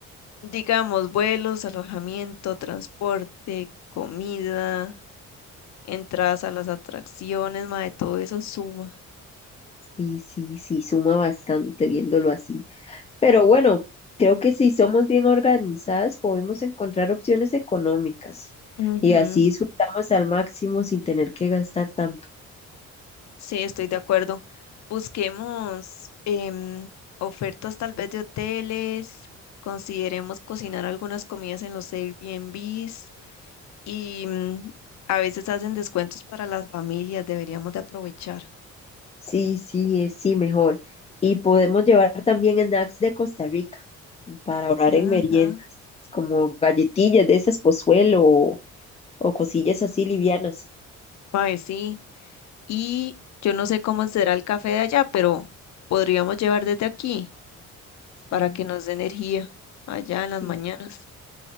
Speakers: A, on the left (about 65°); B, on the left (about 20°).
A: digamos, vuelos, alojamiento, transporte, comida, entradas a las atracciones, mae, todo eso suma.
B: Sí, sí, sí, suma bastante viéndolo así. Pero bueno, creo que si somos bien organizadas podemos encontrar opciones económicas
A: Ujú,
B: y así disfrutamos al máximo sin tener que gastar tanto.
A: Sí, estoy de acuerdo. Busquemos em, ofertas tal vez de hoteles, consideremos cocinar algunas comidas en los Airbnbs y mm, a veces hacen descuentos para las familias, deberíamos de aprovechar.
B: Sí, sí, eh, sí, mejor. Y podemos llevar también snacks de Costa Rica para ahorrar
A: Ajá.
B: en meriendas, como galletillas de esas Pozuelo o, o cosillas así livianas.
A: Mae, sí. y yo no sé cómo será el café de allá, pero podríamos llevar desde aquí
B: Sí,
A: para que nos dé energía allá en
B: sí,
A: las mañanas.